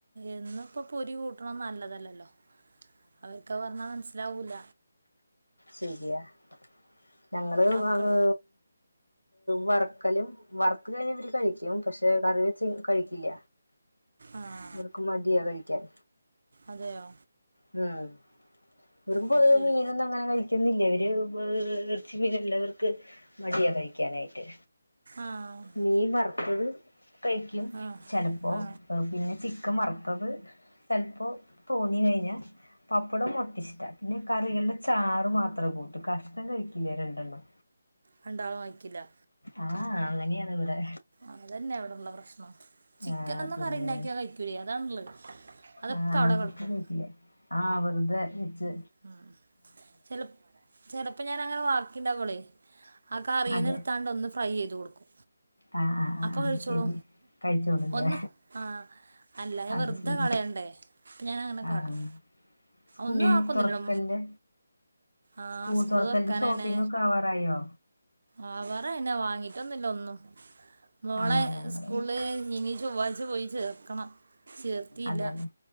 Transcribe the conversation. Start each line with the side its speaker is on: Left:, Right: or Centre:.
Right: എന്നുപ്പോപൊരി കൂട്ടനൊന്നുംനല്ലതല്ലല്ലോഅവർക്കയ് പറഞ്ഞാമനസ്സിലാവൂല
Left: ശരിയാഞങ്ങള്
Right: മക്കൾ
Left: വാങ് വറക്കലുംവറുത്തകഴിഞ്ഞഇവര് കഴിക്കുംപക്ഷെകറി വെച്ച് കഴിഞ്ഞാൽ കഴിക്കില്ല
Right: ആഹ്
Left: ഇവർക്കു മടിയാകഴിക്കാൻ
Right: അതെയോ
Left: ഉം <unintelligible>
Right: അത് ശരി
Left: ന്നുംകഴിക്കുന്നില്ലഇവര് ഇറച്ചി മീനള്ളവർക്ക്മടിയാ കഴിക്കാനായിട്ട്
Right: ആഹ്
Left: മീൻവറുത്തത്കഴിക്കുംചെലപ്പോ
Right: ആ ആ
Left: പിന്നെചി ചിക്കൻവറുത്തത് ചെലപ്പോതോന്നി കഴിഞ്ഞ പപ്പടം <unintelligible> പിന്നെകറികളുടെ ചാറ്മാത്രംകൂട്ടൂ കഷ്ണം കഴിക്കില്ല രണ്ടെണ്ണം
Right: രണ്ടാളുംകഴിക്കില്ല
Left: ആഹ് അങ്ങനെയാണിവിടെ
Right: അതന്നെയ അവിടെള്ള പ്രശ്നം ചിക്കൻ
Left: ആഹ്
Right: ഒന്നും
Left: പിന്നെ
Right: കറി ഉണ്ടാക്കിയാ കഴിക്കൂല്ല അതാണല്ല അതൊക്കെ
Left: ആഹ്
Right: അവിടെ
Left: ചിക്കൻ
Right: കിടക്കും
Left: കഴിക്കില്ലേ? ആഹ് വെറുതെ വച്ച്
Right: ഉം ചെ ചെലപ്പോ ഞാനങ്ങനെ ആക്കിണ്ടബളേ ആ കറിന്ന്
Left: അതെ.
Right: എടുത്താണ്ട് ഒന്ന് ഫ്രൈ ചെയ്ത് കൊടുക്കും
Left: ആഹ് ആഹ് ആഹ്
Right: അപ്പൊ
Left: ആഹ്
Right: കഴിച്ചോളൂ
Left: ശരി കഴിച്ചോളൂല്ലേ
Right: ഒന്ന് ആഹ് അല്ലതെ
Left: അത്
Right: വെറുതെ
Left: ശരി
Right: കളയണ്ടേ അപ്പൊ ഞാൻ അങ്ങനെ
Left: ആഹ്.
Right: കാട്ടും
Left: സ്കൂൾ
Right: ഒന്നും ആക്കൊന്നില്ലട
Left: തുറക്കലിന്റെ
Right: ആഹ്‌
Left: സ്കൂൾ
Right: സ്കൂള്
Left: തുറക്കലിന്റെ
Right: തുറക്കാനാണ്
Left: ഷോപ്പിംഗ് ഒക്കെ ആവാറായോ?
Right: ആഹ് പറ എന്ന വാങ്ങിട്ടൊന്നും ഇല്ല ഒന്നും മോളെ
Left: ആഹ് ഞങ്ങള്
Right: സ്കൂള് ഇനി ചൊവ്വാഴ് പോയി ചേർക്കണം ചേർത്തില്ല
Left: അതെന്നെ